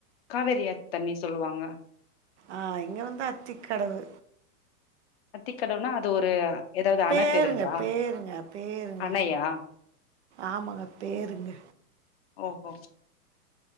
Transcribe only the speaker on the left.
காவேரி ஆத்து தண்ணி சொல்லுவாங்க
அத்திக்கதவுனா அது ஒரு ஏதாவது
அண பேருங்களா அணையா
ஓ-ஓ